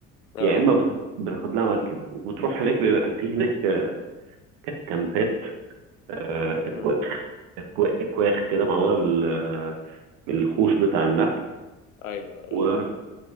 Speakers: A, on the left (about 80°); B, on the right (about 65°).
A: اه
B: يا اما بتاخ- بتاخد لها مركب وبتروح هناك بيبقى في هناك آه، كامبات آه، اكواخ
A: امم
B: اكوا- اكواخ كده معموله بال... بالخوش بتاع النخل
A: ايوه ايوه
B: و